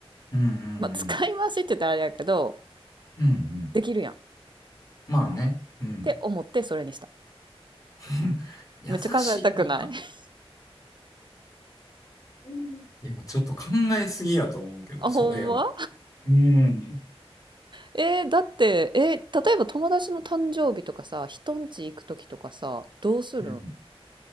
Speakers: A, on the left; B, on the right.
A: うんう
B: まあ、使い回しって言ったらあれやけど、
A: ん。うんうん。
B: できるやんっ
A: まあね。うん。
B: て思ってそれにした。
A: <laughs> 優しいな。
B: めっちゃ考えたくない <laughs>
A: うんいや、ちょっと考えすぎやと思うけど、
B: あ、
A: それより。
B: ほんま
A: うん。
B: えーだって、えー例えば友達の誕生日とかさ、人んち行く時とかさ、どうするん
A: うん